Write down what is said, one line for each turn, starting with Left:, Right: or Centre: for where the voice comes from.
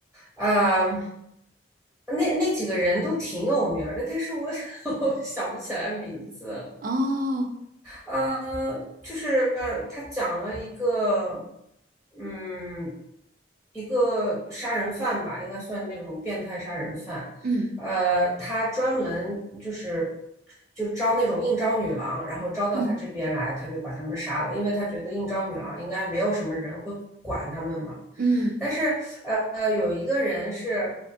Centre: 啊、那那几个人都挺有名儿的，但是我 <laughs> 我想不起来名字。
Right: 哦，
Centre: 嗯，呃就是他讲了一个，嗯，一个杀人犯吧，应该算那种变态杀人犯。
Right: 嗯
Centre: 呃，他专门就是就招那种应招女郎，然后招到他这边来，
Right: 嗯
Centre: 他就把他们杀了，因为他觉得应招女郎应该没有什么人会管他们嘛。
Right: 嗯
Centre: 但是，呃呃，有一个人是